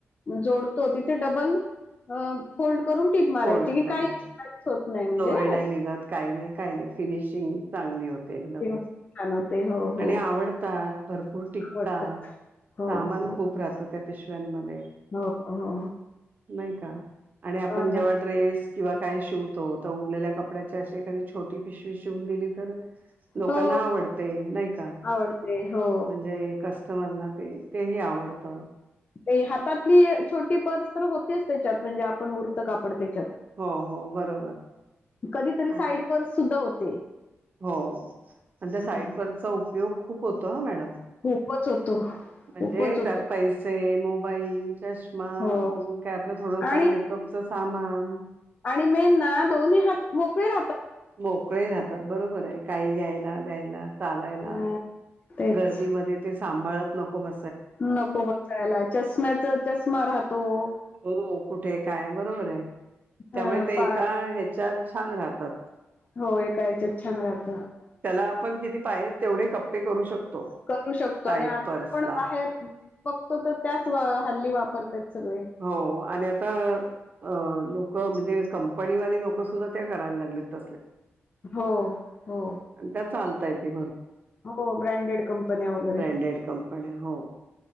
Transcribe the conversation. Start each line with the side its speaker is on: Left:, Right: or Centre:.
Left: जोडतो तिथे डबल- अ फोल्ड करून टीप मारायची
Right: फोल्ड
Left: की
Right: करून.
Left: काहीच होत नाही म्हणजे
Right: दोरे नाही निघत काही नाही काही नाही फिनिशिंग चांगली होते एकदम.
Left: तेव्हा छान होते. हो,
Right: आणि
Left: हो.
Right: आवडतात, भरपूर टिकतात,
Left: आवडतं. हो,
Right: सामान
Left: हो.
Right: खूप राहतं. त्या पिशव्यांमध्ये,
Left: हो, हो.
Right: नाही का? आणि आपण
Left: हो ना.
Right: जेव्हा ड्रेस किंवा काय शिवतो, तर उरलेल्या कपड्याची अशी एखादी छोटी पिशवी शिवून दिली तर लोकांना
Left: हो,
Right: आवडते, नाही का?
Left: आवडते. हो.
Right: म्हणजे कस ना <unintelligible> ते तेही आवडतं.
Left: ते हातातली छोटी पर्स तर होतेच त्याच्यात, म्हणजे आपण उरत कापड ते. <unintelligible>
Right: हो हो बरोबर
Left: कधीतरी
Right: आणि-
Left: साईड पर्स सुद्धा होत
Right: हो, आणि त्या साईट
Left: हं.
Right: पर्सचा उपयोग खूप होतो हं. मॅडम.
Left: खूपच. होतो.
Right: म्हणजे
Left: खूपच होतो.
Right: त्यात पैसे, मोबाईल, चष्मा
Left: हो
Right: अजून काय? आपलं थोडफार
Left: आणि
Right: मेकअपच - सामान -
Left: आणि मेन ना दोन्ही हात मोकळे -
Right: मोकळे राहतात बरोबर आहे. काही घ्यायला- द्यायला चालायला.
Left: अ तेच.
Right: गर्दीमध्ये ते सांभाळत नको -
Left: नको बसायला. चष्म्याचं, चष्मा राहतो -
Right: हो कुठे काय? बरोबर आहे. त्यामुळे
Left: अ
Right: ते
Left: पा
Right: एका ह्याच्यात छान राहतात.
Left: हो एका यांच्यात छान राहतात.
Right: त्याला आपण किती पाहीेजेत, तेवढे कप्पे करू शकतो.
Left: करू शकतो
Right: साईड
Left: आणि आपण
Right: पर्सला
Left: पण बाहेर बघतो तर त्याच हल्ली वापरत आहेत सगळे.
Right: हो, आणि आता... अ. लोक - हो म्हणजे कंपनी वाले लोकं सुद्धा ते करायला लागलेत -
Left: हो. हो.
Right: चालतंय ते.
Left: हो, ब्रँडेड कंपन्या वगैरे.
Right: ब्रँडेड कंपन्या हो.